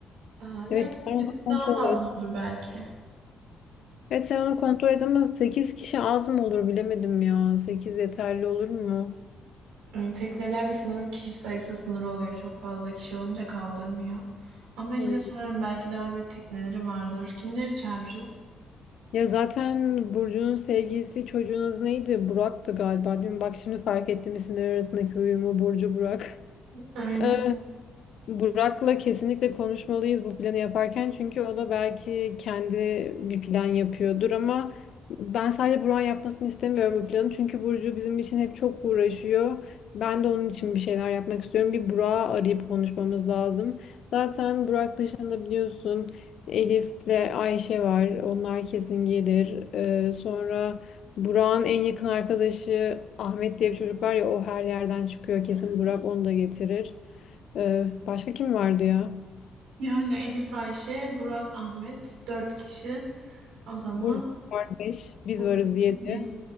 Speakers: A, on the right; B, on the left.
A: Aa, yani
B: Evet sen
A: bir
B: onu
A: tık
B: kontrol
A: daha fazla
B: et.
A: olur belki.
B: Evet sen onu kontrol et ama 8 kişi az mı olur bilemedim ya. sekiz yeterli olur mu?
A: Ee, Teknelerde sanırım kişi sayısı sınırı oluyor. Çok fazla kişi olunca kaldırmıyor. Ama yine
B: Hmm.
A: sorarım belki daha büyük tekneleri vardır. Kimleri çağırırız?
B: Ya zaten Burcu'nun sevgilisi çocuğun adı neydi? Burak'tı galiba. Dün bak şimdi fark ettim isimler arasındaki uyumu Burcu Burak.
A: Aynen.
B: <laughs> Burak'la kesinlikle konuşmalıyız bu planı yaparken çünkü o da belki kendi bir plan yapıyordur ama ben sadece Burak'ın yapmasını istemiyorum bu planı çünkü Burcu bizim için hep çok uğraşıyor. Ben de onun için bir şeyler yapmak istiyorum. Bir Burak'ı arayıp konuşmamız lazım. Zaten Burak dışında biliyorsun Elif'le Ayşe var. Onlar kesin gelir. Ee, sonra Burak'ın en yakın arkadaşı Ahmet diye bir çocuk var ya o her yerden çıkıyor. Kesin Burak onu da getirir. Ee, başka kim vardı ya?
A: Yani Elif Ayşe, Burak Ahmet dört kişi. O zaman
B: Burcu var 5. Biz
A: Burcu
B: varız 7.
A: yedi.